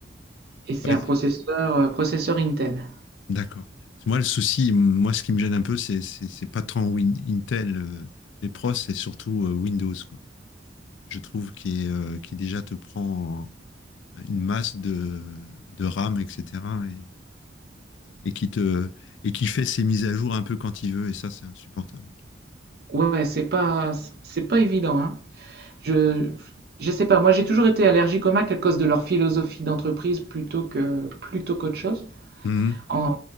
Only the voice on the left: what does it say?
Ouais,
d'accord. Parce que Moi, le souci, moi, ce qui me gêne un peu, c'est c'est c'est pas tant Win- Intel, euh, les pros, c'est surtout euh, Windows, quoi. Je trouve qu'il est, euh, qu'il déjà te prend en- une masse de, de RAM, etc. et qui te et qui fait ses mises à jour un peu quand il veut et ça c'est insupportable.
Mhm.